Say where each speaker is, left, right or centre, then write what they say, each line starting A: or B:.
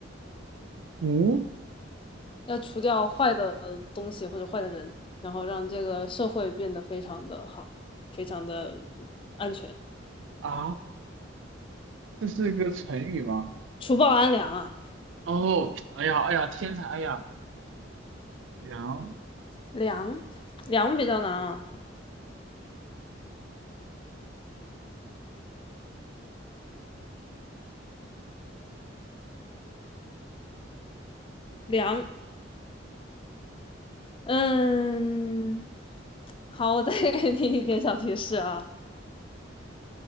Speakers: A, on the right; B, on the left.
A: 图
B: 要除掉坏的东西或者坏的人，然后让这个社会变得非常的好，非常的安全，
A: 啊，这是一个成语吗？
B: 除暴安良啊。
A: 哦，哎呀哎呀，天才，哎呀，良
B: 良，良比较难啊，良嗯，好，我再给你一点小提示啊，